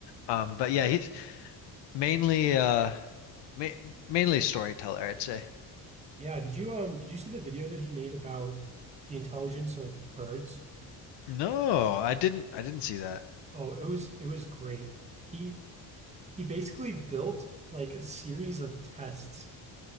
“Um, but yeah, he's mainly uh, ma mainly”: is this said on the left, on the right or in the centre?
Left